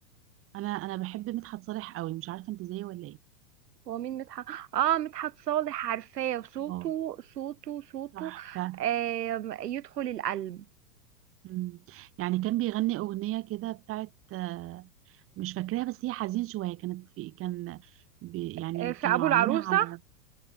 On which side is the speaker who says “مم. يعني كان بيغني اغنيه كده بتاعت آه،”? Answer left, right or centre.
Right